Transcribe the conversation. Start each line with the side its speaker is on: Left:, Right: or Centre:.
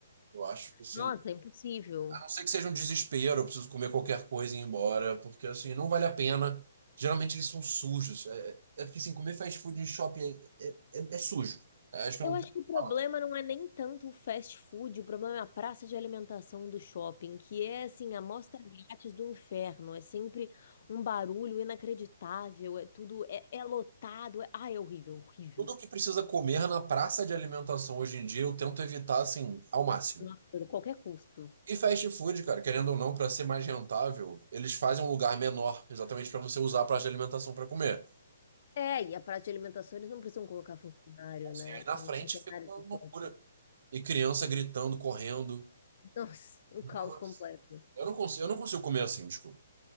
Right: Eu acho que, assim,
Left: Nossa, é impossível.
Right: a não ser que seja um desespero, eu preciso comer qualquer coisa e ir embora, porque, assim, não vale a pena. Geralmente eles são sujos. É, é porque, assim, comer fast food em shopping é, é, é é sujo. É, acho que
Left: Eu
Right: eu não
Left: acho
Right: tenho o
Left: que
Right: que
Left: o problema
Right: falar.
Left: não é nem tanto o fast food, o problema é a praça de alimentação do shopping, que é assim, a mostra grátis do inferno. É sempre um barulho inacreditável, é tudo, é, é lotado. É... Ah, é horrível, horrível.
Right: Tudo que precisa comer na praça de alimentação hoje em dia, eu tento evitar, assim, ao máximo.
Left: Nossa, a qualquer custo.
Right: E fast food, cara, querendo ou não, para ser mais rentável, eles fazem um lugar menor, exatamente para você usar a praça de alimentação para comer.
Left: É, e a praça de alimentação eles não precisam colocar funcionário,
Right: Assim,
Left: né?
Right: aí na
Left: Tem
Right: frente
Left: o funcionário
Right: fica uma
Left: do
Right: loucura.
Left: shopping.
Right: E criança gritando, correndo.
Left: Nossa, um
Right: Nossa.
Left: caos completo.
Right: Eu não consigo, eu não consigo comer assim, desculpa.